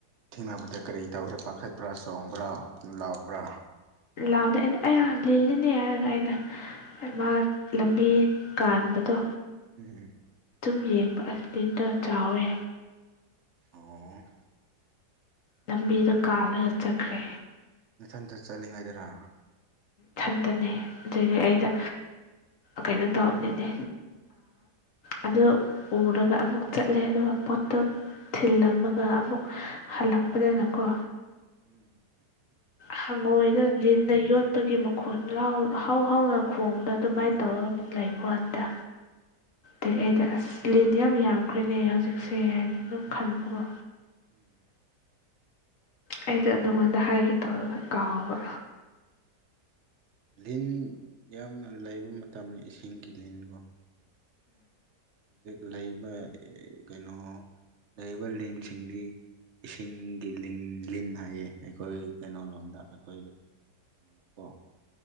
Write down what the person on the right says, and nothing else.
ꯊꯦꯡꯅꯕꯗ ꯀꯔꯤ ꯇꯧꯈ꯭ꯔꯦ ꯄꯥꯈꯠꯄ꯭ꯔꯥ ꯆꯣꯡꯕ꯭ꯔꯥ ꯂꯥꯎꯕ꯭ꯔꯥ
ꯎꯝ ꯎꯝ
ꯑꯣ
ꯃꯊꯟꯇ ꯆꯠꯂꯤꯉꯩꯗꯔ
ꯎꯝ
ꯎꯝ
<unintelligible>
ꯂꯤꯟ ꯌꯥꯝꯅ ꯂꯩꯕ ꯃꯇꯝꯅꯤ ꯏꯁꯤꯡꯒꯤ ꯂꯤꯟꯒꯣ ꯍꯧꯖꯤꯛ ꯂꯩꯔꯤꯕ ꯀꯩꯅꯣ ꯂꯩ ꯂꯤꯟꯁꯤꯡꯗꯤ ꯏꯁꯤꯡꯒꯤ ꯂꯤ ꯂꯤꯟ ꯍꯥꯏꯌꯦ ꯑꯩꯈꯣꯏ ꯀꯩꯅꯣ ꯂꯣꯝꯗ ꯑꯩꯈꯣꯏ ꯑꯗꯀꯣ